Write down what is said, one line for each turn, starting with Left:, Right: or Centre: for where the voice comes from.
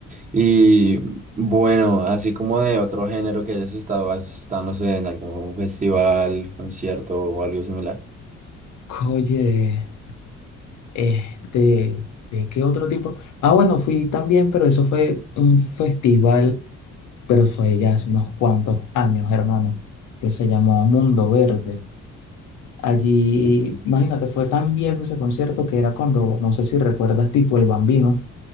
Right: Y bueno, así como de otro género que hayas estado, has estado, no sé, en algún festival, concierto o algo similar.
Left: Oye, este, ¿de qué otro tipo? Ah, bueno, fui también, pero eso fue un festival, pero fue ya hace unos cuantos años, hermano, que se llamó Mundo Verde. Allí,
Right: Sí.
Left: imagínate, fue tan viejo ese concierto que era cuando, no sé si recuerdas, Tito el Bambino.